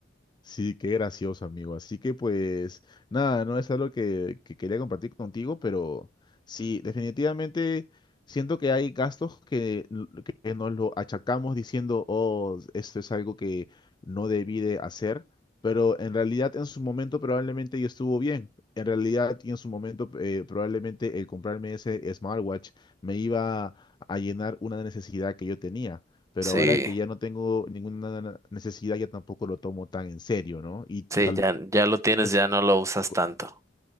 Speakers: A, on the left (about 25°); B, on the right (about 15°).
A: Sí, qué gracioso, amigo. Así que pues nada, no es algo que, que quería compartir contigo, pero sí, definitivamente siento que hay gastos que, n- que nos lo achacamos diciendo, oh, esto es algo que no debí de hacer, pero en realidad en su momento probablemente yo estuvo bien. En realidad y en su momento eh, probablemente el comprarme ese smartwatch me iba a llenar una necesidad que yo tenía pero
B: Sí,
A: ahora que ya no tengo ninguna necesidad, ya tampoco lo tomo tan en serio, ¿no? Y
B: sí,
A: tal
B: ya, ya lo tienes,
A: vez,
B: ya no lo usas
A: co-
B: tanto.